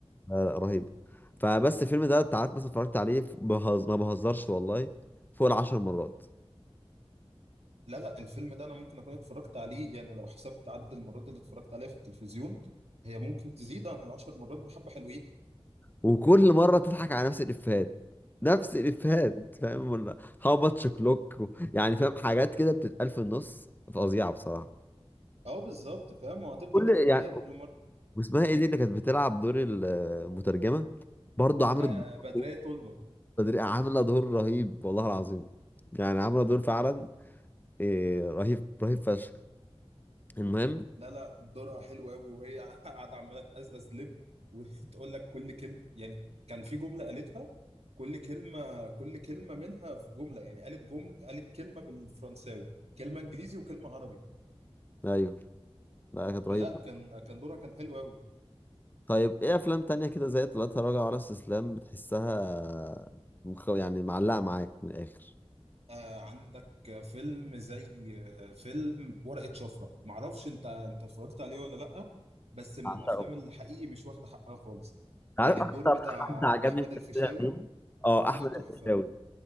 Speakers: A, on the left (about 20°); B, on the right (about 85°).
A: لا لا رهيب فبس الفيلم ده انت عارف مثلا اتفرجت عليه بهز... ما بهزرش والله فوق العشر مرات
B: لا لا الفيلم ده انا ممكن اكون اتفرجت عليه يعني لو حسبت عدد المرات اللي اتفرجت عليها في التلفزيون هي ممكن تزيد عن العشر مرات بحبة حلوين
A: وكل مره تضحك على نفس الافيهات نفس الافيهات فاهم ولا هاو ماتش كلوك يعني فاهم حاجات كده بتتقال في النص فظيعه بصراحه
B: اه بالظبط فاهم وهتفضل
A: كل
B: تضحك
A: يعني
B: عليها كل مرة
A: واسمها ايه دي اللي كانت بتلعب دور المترجمه برضه عملت
B: آه
A: دور
B: بدرية
A: رهيب.
B: تولمر
A: تدري- عامله دور رهيب والله العظيم يعني عامله دور فعلا إيه رهيب رهيب فشخ المهم
B: لا لا دورها حلو قوي وهي <laughs> قاعدة عمالة تقزقز لب وتقول لك كل كلمة يعني كان في جملة قالتها كل كلمة كل كلمة منها في جملة يعني قالت جملة قالت كلمة بالفرنساوي كلمة انجليزي وكلمة عربي
A: ايوه لا كانت
B: فلا
A: رهيبه
B: كان كان دورها كان حلو قوي
A: طيب ايه افلام تانية كده زي لا تراجع ولا استسلام بتحسها مخ- يعني معلقه معاك من الاخر
B: آه عندك فيلم زي آه، فيلم ورقة شفرة معرفش انت انت اتفرجت عليه ولا لأ بس من
A: بعشقه
B: الافلام اللي حقيقي مش واخدة حقها خالص
A: عارف
B: يعني الدور
A: اكتر
B: بتاع
A: حد عجبني
B: احمد
A: في
B: الفيشاوي
A: الفيلم عموماً؟ اه
B: فيه
A: احمد
B: تحفة
A: الفيشاوي